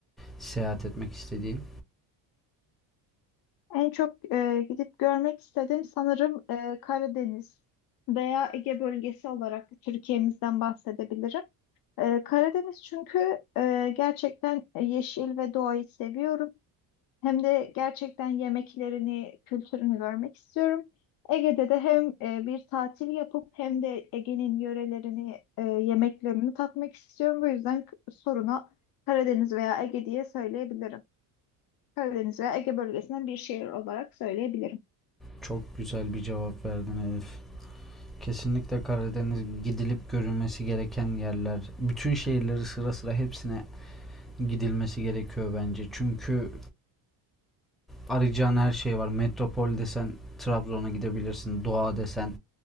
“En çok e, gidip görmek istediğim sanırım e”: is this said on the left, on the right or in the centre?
Left